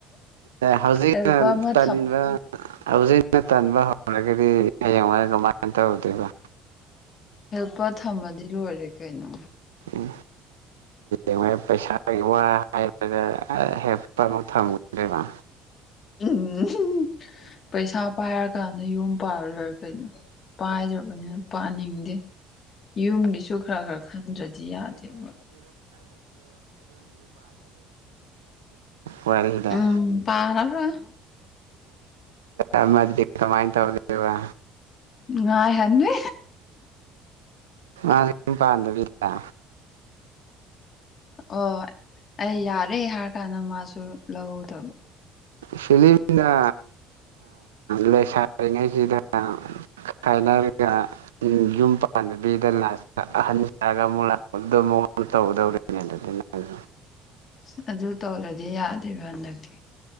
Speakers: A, on the right; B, on the left.
A: ꯍꯧꯖꯤꯛꯅ
B: ꯍꯦꯜꯄꯔ ꯑꯃ
A: ꯇ
B: ꯊꯝꯃꯒꯦ
A: ꯍꯧꯖꯤꯛꯅ ꯇꯟꯥꯟꯕ ꯍꯧꯔꯒꯗꯤ ꯍꯡꯉ ꯀꯃꯥꯏꯅ ꯇꯧꯗꯣꯏꯔꯤꯕ
B: ꯍꯦꯜꯄꯔ ꯊꯝꯃꯗꯤ ꯂꯣꯏꯔꯦ ꯀꯩꯅꯣ
A: ꯏ ꯍꯡꯉ ꯄꯩꯁꯥꯒꯤ ꯋꯥ ꯍꯥꯏꯔꯗ ꯍꯦꯄ ꯑꯃ ꯊꯝꯒꯗꯦꯕ
B: ꯎꯝ ꯄꯩꯁꯥ ꯄꯥꯏꯔꯒ ꯅ ꯌꯨꯝ ꯄꯥꯂ ꯂꯣꯏꯔ ꯀꯩꯅꯣ ꯄꯥꯏꯗ꯭ꯔꯕꯅꯤꯅ ꯄꯥꯅꯤꯡꯗꯦ ꯌꯨꯝꯒꯤꯁꯨ ꯈꯔ ꯈꯔ ꯈꯟꯗ꯭ꯔꯗꯤ ꯌꯥꯗꯦꯕ
A: ꯄꯥꯔꯂꯔꯔꯗ
B: ꯎꯝ ꯄꯥꯔꯔꯣꯏ
A: ꯑꯃꯗꯤ ꯀꯃꯥꯏꯅ ꯇꯧꯗꯣꯏꯕ
B: ꯉ ꯍꯟꯕꯤ
A: ꯑꯝ ꯄꯥꯟꯗꯕꯤꯗ
B: ꯑꯣ ꯑꯩ ꯌꯥꯔꯦ ꯍꯥꯏꯔ ꯀꯥꯟꯗ ꯃꯥꯁꯨ ꯂꯧꯗꯕ
A: ꯁꯤꯂꯤꯃꯤꯗ ꯂꯦꯁꯥꯏꯉꯩꯁꯤꯗ ꯈꯥꯏꯅꯔꯒ ꯌꯨꯝ ꯄꯥꯟꯗꯕꯤꯗ ꯂ ꯑꯍꯟ ꯁꯥꯑꯒ ꯑꯃꯨꯛ ꯂꯥꯛꯄꯗ ꯑꯃꯨꯛ ꯇ ꯇ ꯍꯗꯦ
B: ꯑꯁ ꯑꯗꯨ ꯇꯧꯔꯗꯤ ꯌꯥꯗꯦꯕ ꯍꯟꯗꯛꯇꯤ